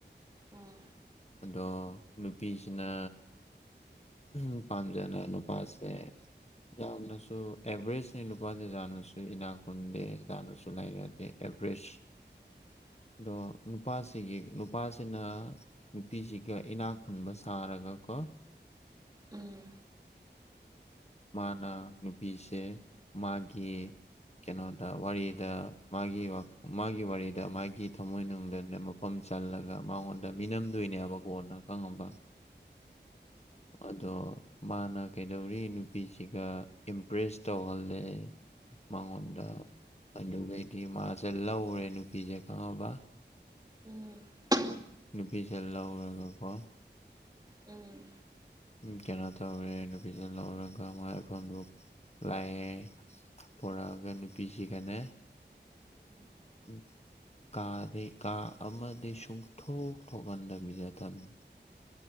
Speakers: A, on the right; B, on the left.
A: ꯎꯝ
B: ꯑꯗꯣ ꯅꯨꯄꯤꯁꯤꯅ ꯎ ꯄꯥꯝꯖꯅ ꯅꯨꯄꯥꯁꯦ ꯌꯥꯝꯅꯁꯨ ꯑꯦꯚꯔꯦꯖꯅꯤ ꯅꯨꯄꯥꯁꯦꯖꯥꯠꯅꯁꯨ ꯏꯅꯥꯛ ꯈꯨꯟꯗꯦ ꯌꯥꯥꯅꯁꯨ ꯂꯩꯥꯏꯔꯗꯤꯦ ꯐ꯭ꯔꯦꯁ
A: <unintelligible>
B: ꯗꯣ ꯅꯨꯄꯥꯁꯤꯒꯤ ꯅꯨꯄꯥ ꯅ ꯅꯨꯄꯤꯁꯤꯒ ꯏꯅꯥꯛ ꯈꯨꯟꯕ ꯁꯥꯔꯒꯀꯣ
A: ꯎꯝ
B: ꯃꯥꯅ ꯅꯨꯄꯤꯁꯦ ꯃꯥꯒꯤ ꯀꯩꯅꯣꯗ ꯋꯥꯔꯤꯗ ꯃꯥꯒꯤ ꯃꯥꯒꯤ ꯋꯥꯔꯤꯗ ꯃꯥꯒꯤ ꯊꯝꯃꯣꯏꯅꯨꯡꯗꯅꯦ ꯃꯐꯝ ꯆꯜꯂꯒ ꯃꯉꯣꯟꯗ ꯃꯤꯅꯝꯗꯣꯏꯅꯦꯕ ꯀꯣꯟꯅ ꯈꯪꯉꯕ ꯑꯗꯣ ꯃꯥꯅ ꯀꯩꯗꯧꯔꯤ ꯅꯨꯄꯤꯁꯤꯒ ꯏꯝꯄ꯭ꯔꯦꯁ ꯇꯧꯍꯜꯂꯦ ꯃꯉꯣꯟꯗ ꯑꯗꯨꯒꯩꯗꯤ ꯃꯥꯁꯦ ꯂꯧꯔꯦ ꯅꯨꯄꯤꯁꯦ ꯈꯪꯉꯕ
A: ꯎꯝ
B: ꯅꯨꯄꯤꯁꯦ ꯂꯧꯔꯒꯀꯣ
A: ꯎꯝ
B: ꯀꯩꯅꯣ ꯇꯧꯔꯦ ꯅꯨꯄꯤꯁꯦ ꯂꯧꯔꯒ ꯃꯥꯏꯐꯝꯗꯨ ꯂꯥꯛꯑꯦ ꯄꯔꯛꯑꯒ ꯅꯨꯄꯤꯁꯤꯒꯅ ꯎꯝ ꯀꯥꯗꯤ ꯀꯥ ꯑꯃꯗꯤ ꯁꯨꯡꯊꯣꯛ ꯊꯣꯛꯍꯟꯗꯕꯤꯗ ꯊꯝꯃꯦ